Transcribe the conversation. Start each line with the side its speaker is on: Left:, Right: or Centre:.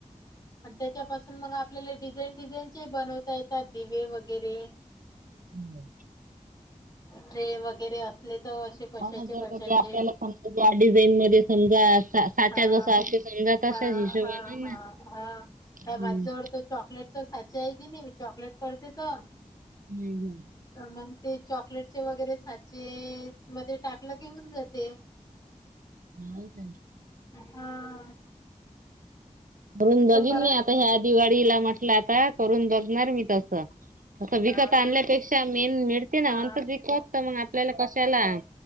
Left: आणि त्याच्यापासून मग आपल्याला डिझाईन डिझाईनचे बनवता येतात दिवे वगैरे.
Right: हो
Left: ट्रे वगैरे असले तर असे कशाचे
Right: हो न जर
Left: कशाचे
Right: ते आपल्याला समजा डिझाईन मध्ये समजा सा साच्या
Left: हा
Right: जसा असे समजा तसाच
Left: हां,
Right: हिशोब
Left: हां,
Right: होणार
Left: हां,
Right: ना?
Left: हां.
Right: हम.
Left: माझ्याजवळ तो चॉकलेटचा साचा आहे की नाही? मी चॉकलेट करते तर
Right: हम् हम्म.
Left: तर मग ते चॉकलेटचे वगैरे साचे मध्ये टाकलं की हुन जाते.
Right: हाव काय?
Left: हा.
Right: करून बगीन
Left: करत
Right: मी आता ह्या दिवाळीला म्हटलं आता करून बगणार मी तस. तं विकत
Left: हो
Right: आणल्यापेक्षा
Left: ना.
Right: मेन मिळते ना
Left: हां.
Right: म्हंतर विकत मग आपल्याला कशाला?